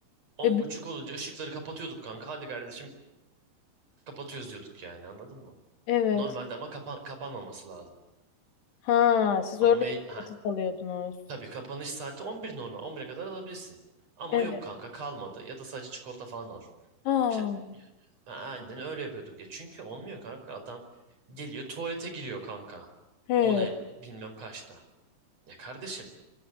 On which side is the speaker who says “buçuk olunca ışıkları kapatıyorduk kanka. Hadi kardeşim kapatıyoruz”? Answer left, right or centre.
Right